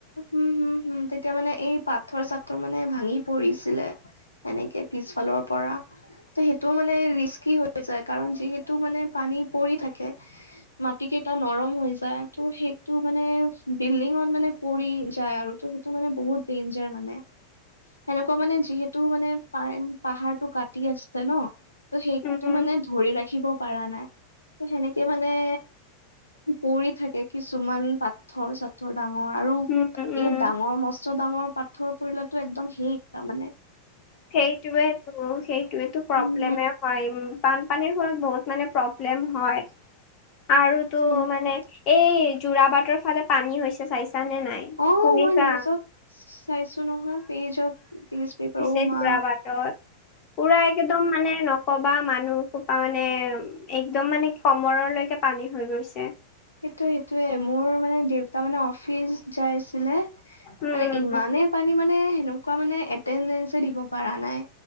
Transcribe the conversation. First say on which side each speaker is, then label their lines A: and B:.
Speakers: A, on the left (about 80°); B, on the left (about 35°).
A: উম, হম, হম, তেতিয়া মানে এই পাথৰ চাথৰ মানে ভাঙি পৰিছিলে। এনেকে পিছফালৰ পৰা। তে সেইটো মানে ৰিস্কি হৈ যায়, কাৰণ যিহেতু মানে পানী পৰি থাকে। মাটি কেইটা নৰম হৈ যায়, ত' সেইটো মানে বিল্ডিঙত মানে পৰি যায় আৰু ত' ত' মানে বহুত ডেঞ্জাৰ মানে। সেনেকুৱা মানে যিহেতু মানে পা পাহাৰটো কাটি আছিলে ন। ত' সেইটো
B: উম
A: মানে ধৰি ৰাখিব পাৰা নাই, ত' সেনেকে মানে পৰি থাকে কিছুমান পাত পাথৰ চাথৰ ডাঙৰ আৰু
B: উম উম
A: এই ডাঙৰ মস্ত ডাঙৰ পাথৰ পৰিলেটো একদম সে তাৰ মানে।
B: সেইটোয়েতো- সেইটোয়েতো প্ৰব্লেমে
A: উম
B: হয়, বানপানীৰ ফলত বহুত মানে প্ৰব্লেম হয় আৰু টো
A: উম।
B: মানে এই যোৰাবাটৰ ফালে পানী হৈছে, চাইছা নে নাই।
A: অ',
B: শুনিছা
A: মই নিউজত চাইছো নহয়, পেজত নিউজ পেপাৰ অ'
B: যোৰাবাটত,
A: মা
B: পোৰা একদম মানে নক'বা মানুহ <unintelligible> সোপা মানে একদম মানে কমৰলৈকে পানী হৈ গৈছে।
A: সেইটোৱে সেইটোয়ে, মোৰ মানে দেউতা মানে অফিচ যাইছিলে
B: উম
A: মানে ইমানে
B: উম
A: পানী মানে, সেনেকুৱা মানে এটেন্দেনচে দিব পাৰা নাই।